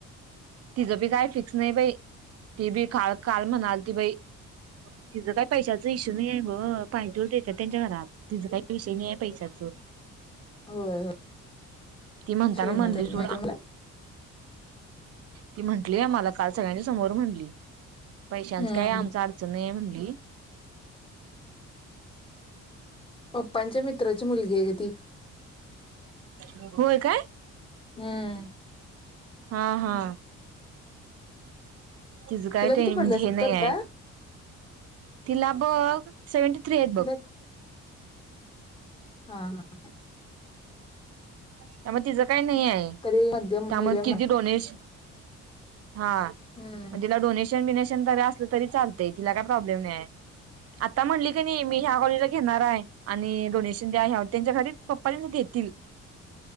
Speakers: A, on the right; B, on the left.
A: तिचं बी काय फिक्स नाही बाई ती बी काल काल म्हणालती बाई तिचं काय पैशाचा इश्यू लई आहे ग पायले. तू देतात त्यांच्या घरात तिच काही विषय नाही आहे पैशाचं
B: होय होय
A: ती म्हणताना
B: श्रीमंत
A: म्हणली
B: आहे
A: सुड.
B: ती माहिती आहे मला
A: ती म्हंटली मला काल सगळ्यांनी समोर म्हणली पैशांच
B: हम्म
A: काय आमचा अडचण नाहिये म्हणली.
B: पप्पांच्या मित्राची मुलगी आहे ग ती
A: <inaudible> होय काय?
B: हम्म.
A: हा हा. तिझ काय
B: तिला किती
A: म्हणजे
B: पडले सत्तर
A: हे नाही आहे.
B: का
A: तिला बघ सेव्हंटी थ्री आहेत बघ.
B: तिला हा हा.
A: त्यामुळ तिझ काही नाही आहे
B: तरी मध्यम
A: त्यामुळे
B: मिडियम
A: किती
B: आहे
A: डोनेशन? हा मग
B: हम्म
A: तिला डोनेशन बीनेशन अस तरी चालतय तिला काय प्रॉब्लेम नाही आता म्हणली कनी मी ह्या कॉलेज घेणार आहे. आणि डोनेशन द्या ह्याव त्यांच्या घरी पप्पा तेनी देतील.